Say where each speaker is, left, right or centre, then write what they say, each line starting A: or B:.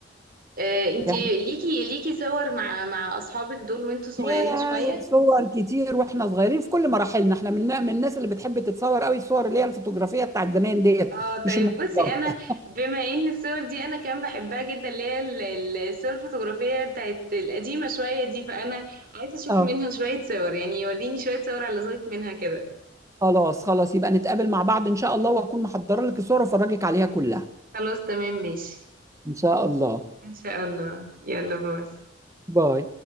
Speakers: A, on the right; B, on the right.
A: آه، انتي
B: يعني
A: ليكي ليكي صور مع مع اصحابك دول وانتوا صغيرين
B: يا
A: شوية
B: صور كتير واحنا صغيرين في كل مراحلنا احنا من من الناس اللي بتحب تتصور قوي الصور اللي هي الفوتوغرافية بتاعت زمان ديت
A: اه طيب
B: مش الموبايلات
A: بصي انا بما ان الصور دي انا كمان بحبها جدا اللي هي ال- ال- الصور الفوتوغرافية بتاعت القديمة شوية دي فانا عايزة اشوف
B: اه
A: منها <laughs> شوية صور يعني وريني شوية صور على ذوقك منها كده
B: خلاص خلاص يبقى نتقابل مع بعض إن شاء الله وأكون محضرة لك الصور وأفرجك عليها كلها
A: خلاص تمام ماشي
B: إن شاء الله
A: ان شاء الله يلا باي
B: باي